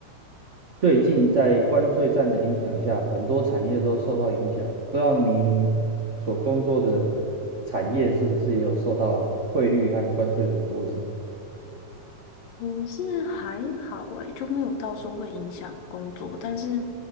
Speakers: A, on the right; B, on the left.
A: 最近在关税战的影响下，很多产业都受到影响。不知道您所工作的产业是不是也有受到汇率和关税的波及？
B: 嗯，是还好诶，就没有到说会影响工作，但是